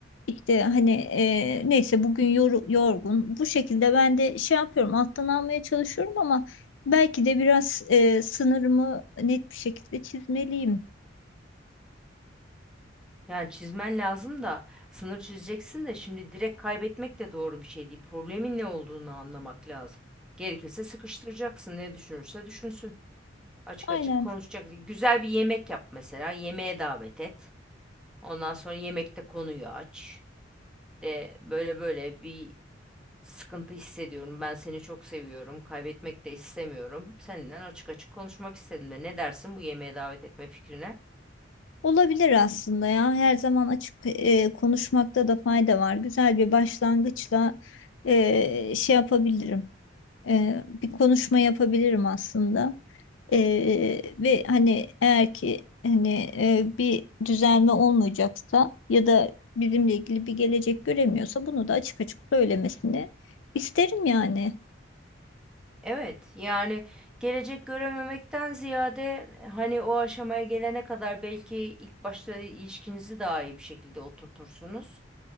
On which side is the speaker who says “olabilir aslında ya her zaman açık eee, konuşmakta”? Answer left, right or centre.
Left